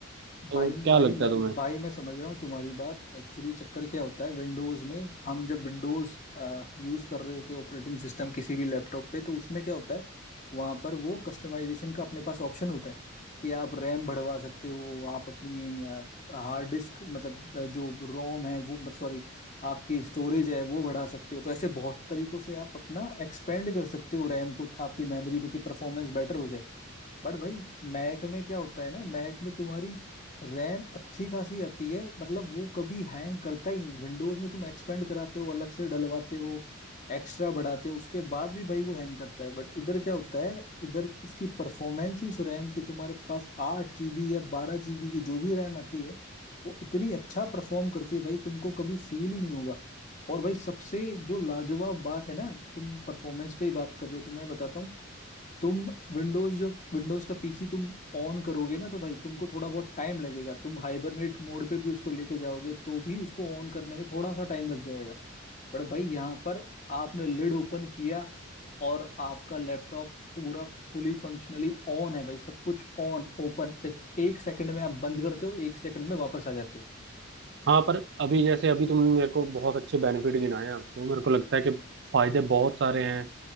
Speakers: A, on the right (about 55°); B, on the left (about 35°).
A: तो
B: भाई
A: क्या
B: भाई
A: लगता
B: मैं
A: है तुम्हें
B: भाई मैं समझ रहा हूँ तुम्हारी बात एक्चुअली चक्कर क्या होता है विंडोज में हम जब विंडोज यूज कर रहे होते हैं ऑपरेटिंग सिस्टम किसी भी लैपटॉप पे तो उसमें क्या होता है वहां पर वो कस्टमाइजेशन का अपने पास ऑप्शन होता है कि आप रैम बढ़वा सकते हो आप अपनी हार्ड डिस्क मतलब अ, जो रोम है वो सॉरी आपकी स्टोरेज है वो बढ़ा सकते हो तो ऐसे बहुत तरीकों से आप अपना एक्सपेंड कर सकते हो रैम को आपकी मेमोरी को कि परफॉर्मेंस बेटर हो जाए बट भाई मैक में क्या होता है ना मैक में तुम्हारी रैम अच्छी खासी आती है मतलब वो कभी हैंग करता ही नहीं विंडोज में तुम एक्सपेंड कराते हो अलग से डलवाते हो एक्स्ट्रा बढ़ाते हो उसके बाद भी भाई वो हैंग करता है बट इधर क्या होता है इधर उसकी परफॉर्मेंस ही उस रैम की तुम्हारे पास आठ जीबी या बारह जीबी की जो भी रैम आती है वो इतनी अच्छा परफॉर्म करती है भाई तुमको कभी फील ही नहीं होगा और भाई सबसे जो लाजवाब बात है ना तुम परफॉर्मेंस पे ही बात कर रहे हो तो मैं बताता हूँ तुम विंडोज जो विंडोज का पीसी तुम ऑन करोगे ना तो भाई तुमको थोड़ा बहुत टाइम लगेगा तुम हाइबरनेट मोड पे भी उसको लेके जाओगे तो भी उसको ऑन करने में थोड़ा सा टाइम लग जाएगा बट भाई यहाँ पर आपने लिड ओपन किया और आपका लैपटॉप पूरा फुली फंक्शनली ऑन है भाई सब कुछ ऑन ओपन जस्ट एक सेकंड में आप बंद करते हो एक सेकंड में वापस आ जाते हो
A: हाँ पर अभी जैसे अभी तुमने मेरे को बहुत अच्छे बेनिफिट गिनाए हैं उसके मेरे को लगता है कि फायदे बहुत सारे हैं